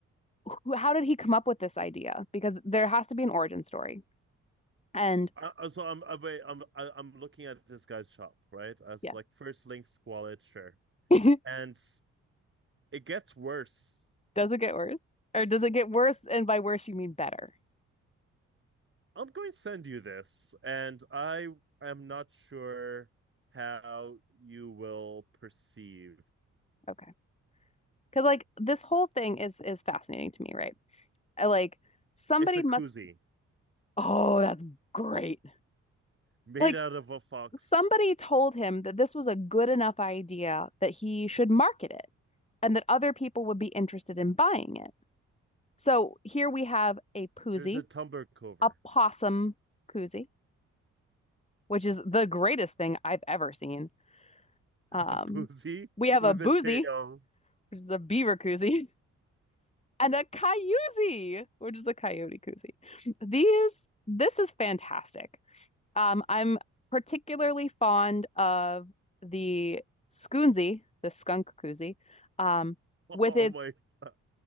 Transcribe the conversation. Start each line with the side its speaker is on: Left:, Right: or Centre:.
Left: who- how did he come up with this idea? Because there has to be an origin story. And
Right: I, I- so I'm I'm wait, I'm I- I'm looking at this guy's shop, right? As
Left: yeah.
Right: like first link squalid, sure.
Left: <laughs>
Right: And it gets worse.
Left: Does it get worse? Or does it get worse? And by worse, you mean better.
Right: I'm going to send you this, and I am not sure how you will perceive.
Left: Okay. Because like this whole thing is is fascinating to me, right? I like somebody
Right: It's a
Left: must.
Right: koozie
Left: Oh, that's great.
Right: made
Left: Like
Right: out of a fox.
Left: somebody told him that this was a good enough idea that he should market it and that other people would be interested in buying it. So here we have a poozie,
Right: There's a tumbler cover,
Left: a possum koozie, which is the greatest thing I've ever seen.
Right: <laughs>
Left: Um,
Right: a boozy
Left: we have
Right: with
Left: a boozy,
Right: a tail.
Left: which is a beaver koozie. <laughs> and a coyote, which is a coyote koozie. These, this is fantastic. Um, I'm particularly fond of the Skoonzie, the skunk koozie, um,
Right: Oh
Left: with its
Right: my god!